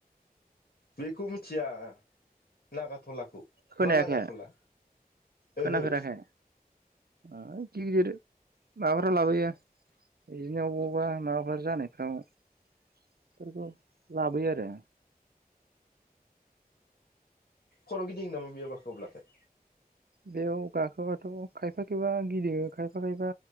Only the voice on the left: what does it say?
बेखौ मिथिया नागाथलाखौ
मा नागाथला ओ
हो
खर गिदिङो नामा बेयाव गाखोब्लाथाय